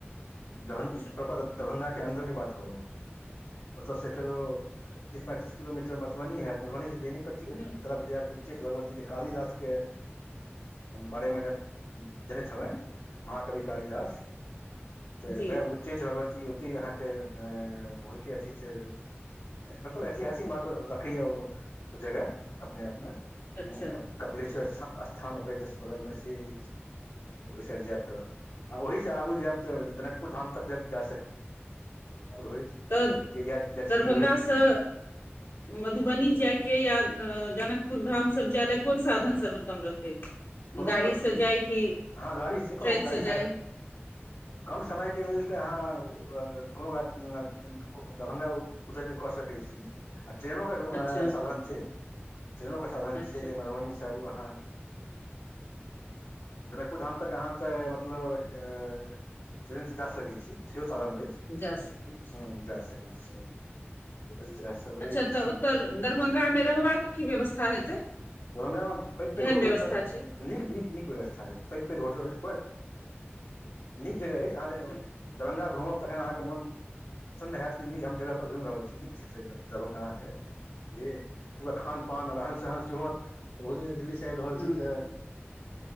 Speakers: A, on the left; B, on the left.
A: धन
B: अच्छा
A: इ प्रपाद दरभंगा के अंन्दर के बात कहलहु ह ओतऽसँ फेरो तस पैीस किलोमीटर मधबनी है मधबनी बेनीपट्टी के
B: हँ
A: तरफ जायब त उच्चेठ भगवती जे कालिदास के बारे में ज ह जनित हवै महाकवि कालिदास तऽ
B: जी
A: वएह उच्चै छै भगवती अहाँके हुनकी अथी छै मतलब ऐतिहासिक बात रखैय ओ जगह अपने आपमे
B: अच्छा
A: ह कपिलेश्वथ स्थान ओकररा अछि जस बगलमे से अछि ओहि साइड जायब तऽ आ ओहिसँ आगू जायब तऽ जनकपुर धाम तक जा होइत
B: तऽ
A: या जटही
B: दरभंगासँ
A: होइत
B: मधुबनी जाय के य जनकपुर धाम सजलय कोन साधन सर्वोत्तम रहतै
A: कोनो
B: गाड़ीसँ
A: तऽ,
B: जाय कि
A: अहाँ गाड़ी छी
B: ट्रेनसँ
A: कोनो गाड़ी
B: जाय
A: है, कम समयके लेल तऽ अहाँ कोनो गात न दरभंगा उतर कऽ कऽ सकैत छी। आ ट्रेनो के
B: अच्छा
A: साधन छै। ट्रेनोके साधन
B: अच्छा
A: छै जे मधुबनीसँ आगू अहाँ जनकपुर धाम तक यहाँके तऽ मतलब ट्रेनसँ जा सकै छी सेहो साधन अछि
B: जा सकै छी,
A: हँ जा सकैत छी तऽ सएह
B: अच्छा
A: सभ अछि
B: तऽ ओतय दरभंगामे रहबाक की व्यवस्था हेतै
A: दरभंगा मे पैघ पैघ
B: केहन
A: होटल
B: व्यवस्था
A: सँ
B: छै
A: नीक नीक नीक व्यवस्था अछि, पैघ पैघ होटल ब नीक जगह अछि। कहाँ
B: अच्छा,
A: जा, दरभंगा घूमऽ तखन अहाँके मन प्रसन्न होयत न, हम जगह पर घुमि रहल छी नीक क्षेत्र दरभंगा अहाँके ई ओतुका खान पान रहन सहन चत त बोल दिल्ली से चबि रहल
B: हँ
A: छी तऽ